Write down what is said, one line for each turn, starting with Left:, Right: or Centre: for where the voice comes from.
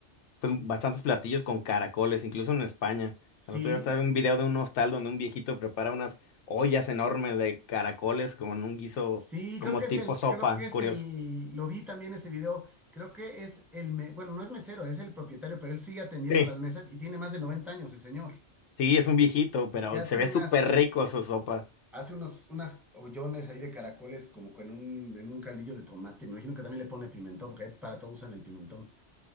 Left: pues bastantes platillos con caracoles, incluso en España.
Centre: Sí,
Left: El otro día estaba en un video de un hostal donde un viejito prepara unas ollas enormes de caracoles como en un guiso,
Centre: sí,
Left: como
Centre: creo que
Left: tipo
Centre: es el,
Left: sopa,
Centre: creo que es
Left: curioso.
Centre: el, lo vi también ese video, creo que es el, me- bueno, no es mesero, es el propietario, pero él sigue atendiendo
Left: Sí,
Centre: las mesas y tiene más de 90 años el señor.
Left: sí, es un viejito, pero
Centre: Y hace
Left: se ve
Centre: unas,
Left: súper rico su sopa.
Centre: hace unos, unas hoyones ahí de caracoles como con un, en un caldillo de tomate. Me imagino que también le pone pimentón, porque para todo usan el pimentón.